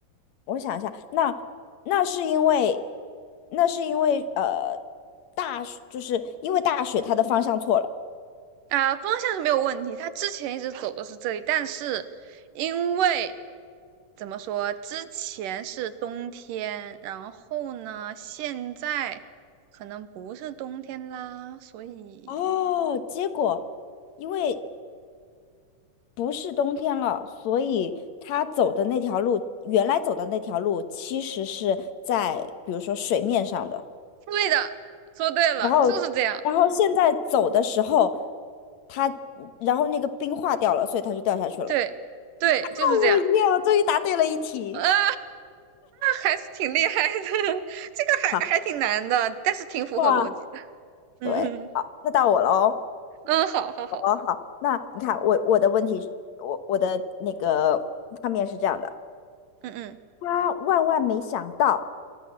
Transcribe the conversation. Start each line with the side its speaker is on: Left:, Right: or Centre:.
Left: 我想一下，那那是因为那是因为呃大就是因为大雪它的方向错了。
Right: 啊、呃方向是没有问题，他之前一直走的是这里，但是因为怎么说，之前是冬天，然后呢，现在可能不是冬天啦，所以
Left: 哦，结果因为不是冬天了，所以他走的那条路，原来走的那条路，其实是在比如说水面上的，
Right: 对的，说对了，
Left: 然后，
Right: 就是这样，
Left: 然后现在走的时候，他，然后那个冰化掉了，所以他就掉下去了。
Right: 对对，
Left: 哦耶！
Right: 就是这样
Left: 我终于答对了一题。
Right: 啊啊，还是挺厉害的，<laughs> 这个还还挺难的，
Left: 好，
Right: 但是挺符合逻辑的，
Left: 哇，
Right: 嗯嗯
Left: 对，好，那到我喽，
Right: 嗯，好好好，
Left: 我喽，好，那你看我我的问题是，我我的那个画面是这样的，
Right: 嗯嗯。
Left: 他万万没想到。